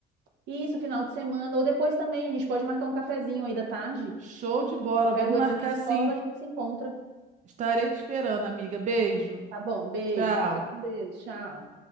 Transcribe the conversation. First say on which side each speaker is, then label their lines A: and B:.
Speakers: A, on the right (about 85°); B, on the right (about 45°).
A: Isso, final de semana. Ou depois também, a gente pode marcar um cafezinho aí da tarde.
B: Show de bola,
A: Eu pego
B: vamos marcar
A: ele na escola,
B: assim.
A: a gente se encontra.
B: Estarei te esperando, amiga. Beijo.
A: Tá bom, beijo,
B: Tchau.
A: fica com Deus, tchau.